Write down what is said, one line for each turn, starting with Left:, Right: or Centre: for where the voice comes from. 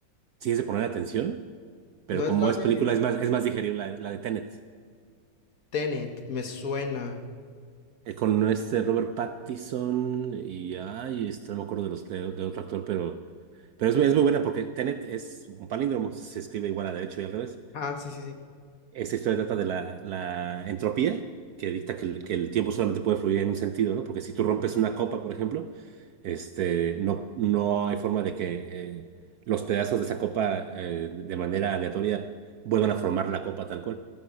Right: sí es de poner atención, Pero
Left: No es
Right: como
Left: la
Right: es
Left: de
Right: película, es más, es más digerible la, la de Tenet.
Left: Tenet, me suena.
Right: Eh, con este Robert Pattinson y, ay, este, no me acuerdo de, los, de, de otro actor, pero, pero es, muy- es muy buena porque Tenet es un palíndromo, se, se escribe igual a derecho y al revés.
Left: Ah, sí, sí, sí.
Right: Esta historia trata de la, la entropía, que dicta que el, que el tiempo solamente puede fluir en un sentido, ¿no? Porque si tú rompes una copa, por ejemplo, este, no, no hay forma de que eh, los pedazos de esa copa eh, de manera aleatoria vuelvan a formar la copa tal cual.